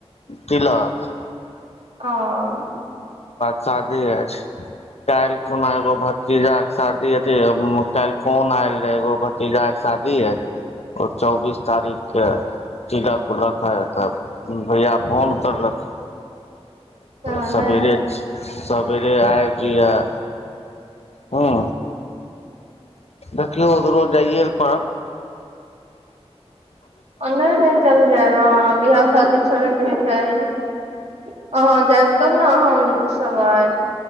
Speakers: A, on the left; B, on the right.
A: तिलक
B: ह <unintelligible>
A: सादे अछि काल्हि खुना एगो भतीजा के शादी अथ काल्हि फोन आयल रहे एगो भतीजा के शादी शादी है चौंबीस तारीख के चिलक उलक है तऽ भैया फोन करलक
B: तहन
A: सवेरे सवेरे आबि जाइए हँ देखियौ रोज जाइए पर
B: नहि नहि चल जाय अहा बिहाह शादी छोडबाक नहि चाही अहाँ जायब तब नै हम सब आव